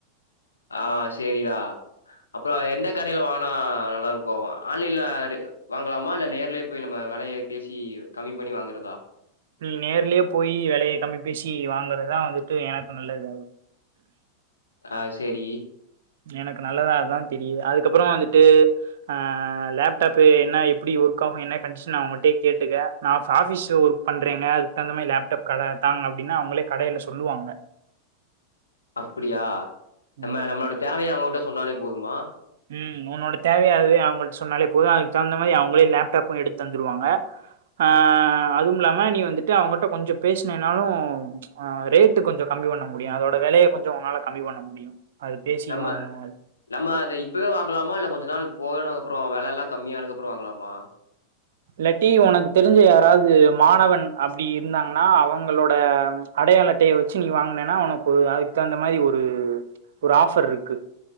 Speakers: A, on the left; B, on the right.
A: ஆ சேரிடா அப்புற எந்த கடையில வாங்கினா நல்லா இருக்கு ஆன்லைன்ல வாங்கலாமா இல்ல நேர்ல போய் நம்ம வெலய பேசி கம்மி பண்ணி வாங்கறதா
B: நீ நேர்லயே போயி வெலய கம்மி பேசி வாங்குறதா வந்துட்டு எனக்கு நல்லது
A: ஆ செரி
B: எனக்கு நல்லதாதா தெரியுது அதுக்கப்புற வந்துட்டு ஆ லேப்டாப்பு என்ன எப்டி ஒர்க் ஆகு என்ன கண்டிஷன் அவங்கட்டே கேட்டுக்க நா இப் ஆஃபிஸ் ஒர்க் பண்றீங்க அதுக்கு தகுந்த மாரி லேப்டாப் கட தாங் அப்டினா அவங்களே கடையில சொல்லுவாங்க
A: அப்டியா நம்ம
B: ம்.
A: நம்மளோட தேவைய அவங்கட்ட சொன்னாலே போதுமா
B: ம் உன்னோட தேவையாவவே அவங்கள்ட சொன்னாலே போது அதுக்கு தகுந்த மாரி அவங்களே லேப்டாப்பு எடுத்து தந்துருவாங்க ஆ அதுவு இல்லாம நீ வந்துட்டு அவங்கட்ட கொஞ்ச பேசுனினாலு ஆ ரேட்டு கொஞ்ச கம்மி பண்ண முடியு அதோட வெலய கொஞ்ச உன்னால கம்மி பண்ண முடியு அத பேசி
A: நம்ம
B: வாங்கணு அது
A: நம்ம அத இப்பவே வாங்கலாமா இல்ல கொஞ்ச நாள் போனுக்குப்புற வெல எல்லா கம்மியானதுக்கப்புற வாங்கலாமா
B: இல்லட்டி ஒனக்கு தெரிஞ்ச யாராவது மாணவன் அப்டி இருந்தாங்கனா அவங்களோட அடையாள அட்டய வச்சு நீ வாங்குனனா ஒனக்கு அதுக்கு தகுந்த மாரி ஒரு ஒரு ஆஃபர் இருக்கு